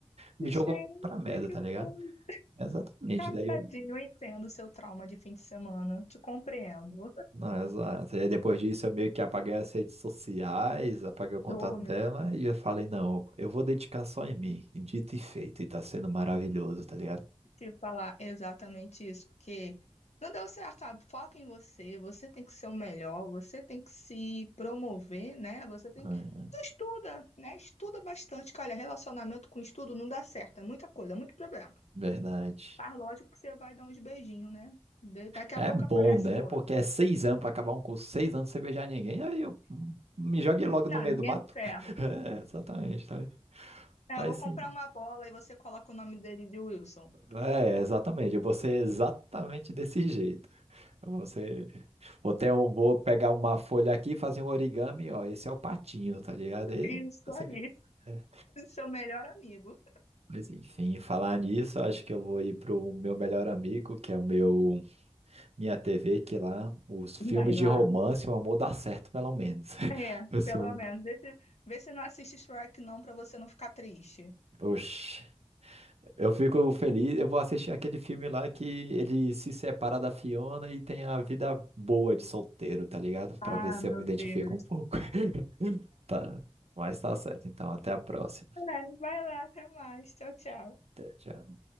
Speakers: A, on the right; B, on the left.
A: me
B: Gente,
A: jogou pra merda,
B: que
A: tá ligado?
B: coisa.
A: Exatamente,
B: Ai,
A: daí
B: tadinho,
A: eu,
B: eu entendo o seu trauma de fim de semana. Te compreendo.
A: Não, exato. E aí depois disso eu meio que apaguei as redes sociais, apaguei o contato
B: Eu,
A: dela
B: meu,
A: e eu falei, não, eu vou dedicar só em mim. E dito e feito, e tá sendo maravilhoso, tá ligado?
B: te falar exatamente isso, porque não deu certo, sabe? Foca em você, você tem que ser o melhor, você tem que se promover, né? Você tem
A: É,
B: que. Tu estuda, né? Estuda bastante, que olha, relacionamento com estudo não dá certo, é muita coisa, é muito problema.
A: verdade.
B: Mas lógico que você vai dar uns beijinhos, né? De- Daqui
A: É
B: a pouco
A: bom,
B: aparece
A: né?
B: outra.
A: Porque é seis anos pra acabar um curso, seis anos sem beijar ninguém, aí eu hum, me joguei logo no
B: Não,
A: meio
B: ninguém
A: do mato.
B: é de ferro.
A: <laughs> É, exatamente, tá ligado?
B: É,
A: Mas
B: eu vou comprar
A: sim.
B: uma bola e você coloca o nome dele de Wilson.
A: É, exatamente. Eu vou ser exatamente desse jeito. Você... Vou, ter um- vou pegar uma folha aqui fazer um origami, ó. Esse é o patinho, tá ligado? Aí
B: Isso
A: você-
B: aí.
A: é.
B: <laughs> Seu melhor amigo.
A: Mas enfim, falar nisso, acho que eu vou ir pro meu melhor amigo, que é o meu minha TV, que lá os filmes
B: Vai lá.
A: de romance, o amor dá certo, pelo menos. <laughs>
B: É,
A: Assim,
B: pelo
A: um-
B: menos. Vê se, vê se não assiste Shrek, não, pra você não ficar triste.
A: oxi. Eu fico feliz, eu vou assistir aquele filme lá que ele se separa da Fiona e tem a vida boa de solteiro, tá ligado?
B: Ah,
A: Pra ver se
B: meu
A: eu me identifico
B: Deus.
A: um pouco. <laughs> Tá, mas tá certo. Então, até a próxima.
B: É, vai lá, até mais. Tchau, tchau.
A: Até, tchau.